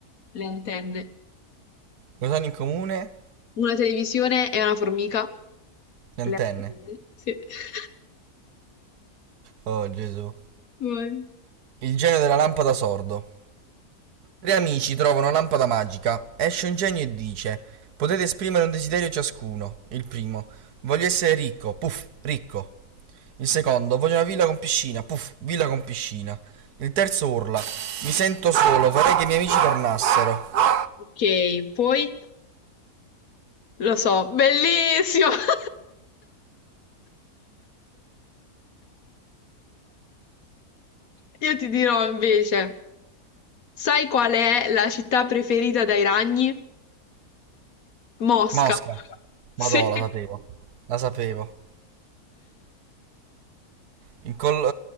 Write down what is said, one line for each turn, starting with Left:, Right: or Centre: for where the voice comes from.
Left: Le antenne.
Right: Cosa hanno in comune?
Left: Una televisione e una formica?
Right: Le
Left: Le
Right: antenne.
Left: antenne. Sì. <laughs>
Right: Oh Gesù.
Left: Vai.
Right: Il genio della lampada sordo. Tre amici trovano una lampada magica. Esce un genio e dice: Potete esprimere un desiderio ciascuno. Il primo: Voglio essere ricco. Puff, ricco. Il secondo: Voglio una villa con piscina. Puff, villa con piscina. Il terzo urla: Mi sento solo, vorrei che i miei amici tornassero.
Left: Ok, poi lo so, bellissimo! <laughs> <laughs> Io ti dirò invece, sai qual è la città preferita dai ragni? Mosca.
Right: Mosca.
Left: Sì.
Right: Madò, la sapevo. La sapevo. Il, col-